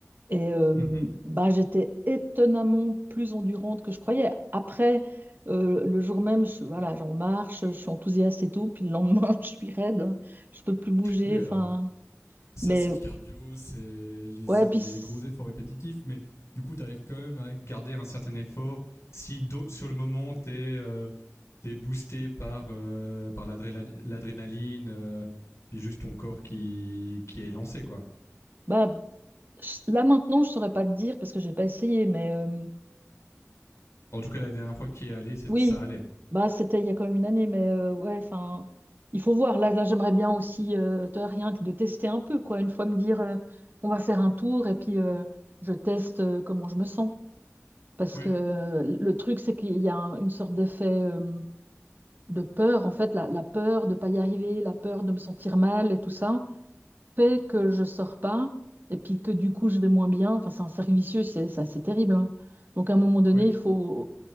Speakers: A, on the right (about 40°); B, on the left (about 70°).
A: Et euh,
B: Mhm.
A: bah, j'étais étonnamment plus endurante que je croyais. Après, euh, le jour même, je- voilà, j'en marche, je suis enthousiaste et tout. Puis le lendemain, <laughs> je suis raide, je peux plus bouger.
B: Oui, alors
A: Enfin,
B: ça
A: mais
B: c'est le cardio, c'est les,
A: ouais, puis c-
B: les gros efforts répétitifs, mais du coup t'arrives quand même à... Garder un certain effort, si do- sur le moment t'es euh, t'es boosté par, euh, par l'adréla- l'adrénaline, euh, puis juste ton corps qui, qui est lancé, quoi.
A: bah, je- là maintenant, je saurais pas te dire parce que j'ai pas essayé. Mais euh,
B: En tout cas, la dernière fois qu'il est allé, c'est-
A: oui,
B: ça allait.
A: bah c'était il y a quand même une année. Mais euh, ouais, enfin, il faut voir. Là, là, j'aimerais bien aussi, euh, toi, rien que de tester un peu, quoi. Une fois me dire, euh, on va faire un tour et puis euh, je teste euh, comment je me sens. Parce
B: Ouais,
A: que euh, le truc, c'est qu'il y a un- une sorte d'effet euh, de peur, en fait, la, la peur de pas y arriver, la peur de me sentir mal et tout ça, fait que je sors pas et puis que du coup je vais moins bien. Enfin, c'est un cercle vicieux, c'est ça, c'est terrible. hein. Donc à un moment donné,
B: ouais,
A: il faut,